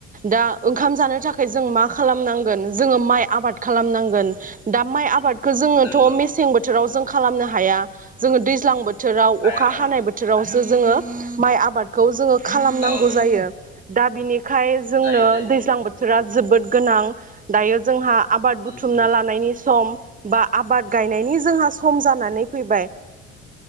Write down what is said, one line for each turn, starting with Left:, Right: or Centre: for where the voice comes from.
Right: दा ओंखाम जानो थाखाय जों मा खालामनांगौ जोङो माइ आबादखौ खालामनांगोन। दा माइ आबादखौ जोङोथ'
Left: नंगौ
Right: मेसें बोथोराव जों खालामनो हाया जोङो दैज्लां बोथोर बोथोराव
Left: हाया
Right: अखा
Left: औ
Right: हानाय बोथोराव त जो माइ आबादखौ जोङो खालामनांगौ
Left: औ
Right: जायो। दाबिनि खाय जोंनो
Left: जायो जायो
Right: दैज्लां
Left: जायो
Right: बोथोरा जोबोद गोनां दायो जोंहा आबाद
Left: उम
Right: बुथुमना
Left: उम
Right: लानायनि सम बा आबाद गायनायनि जोंहा सम जानानै फैबाय